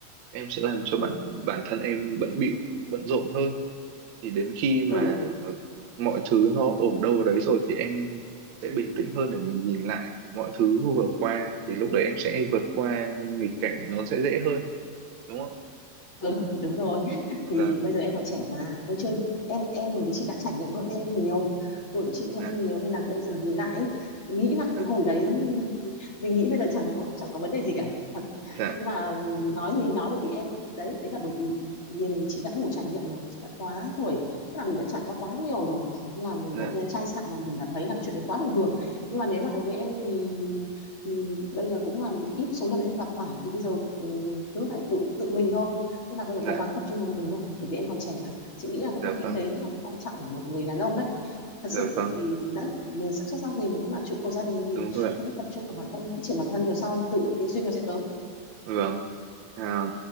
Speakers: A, on the right; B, on the left.
A: em sẽ làm cho
B: ừ
A: bạn bản thân em bận bịu bận rộn hơn thì đến khi mà
B: ừ
A: mọi thứ nó ổn đâu vào đấy rồi thì em sẽ bình tĩnh hơn để mình nhìn lại mọi thứ vừa qua thì lúc đấy em sẽ vượt qua nghịch cảnh nó sẽ dễ hơn đúng không
B: ừ <laughs> đúng rồi
A: ạ
B: thì
A: vâng
B: bây giờ em còn trẻ mà em chưa em em bởi vì chị đã trải nghiệm hơn em nhiều tuổi của chị hơn
A: dạ
B: em nhiều nên là bây giờ nhìn lại nghĩ lại
A: dạ
B: cái hồi đấy mình nghĩ bây giờ chẳng có chẳng có vấn đề gì cả
A: dạ
B: nhưng mà nói thì nói bởi vì em đấy đấy là bởi vì mình chị đã đủ trải nghiệm rồi chị đã quá tuổi tức là mình đã trải qua quá nhiều rồi Nên là mình
A: dạ
B: đã chai sạn và mình cảm thấy là chuyện đấy quá bình thường nhưng mà nếu mà đối với em thì thì bây giờ cũng là ít số lần em gặp phải thì bây giờ ừm, cứ phải tự tự mình thôi tức là bây giờ
A: dạ
B: cố gắng tập trung vào mình thôi bởi vì em còn trẻ mà chị nghĩ là vẫn
A: dạ
B: là kinh
A: vâng
B: tế vẫn là cái quan trọng của một người đàn ông đấy thật
A: dạ
B: sự
A: vâng
B: bởi vì đấy mình sắp xuất gia thì mình cũng là trụ cột gia đình thì
A: đúng rồi ạ.
B: hãy cứ tập trung vào bản thân phát triển bản thân rồi sau tự cái duyên nó sẽ tới
A: vâng à,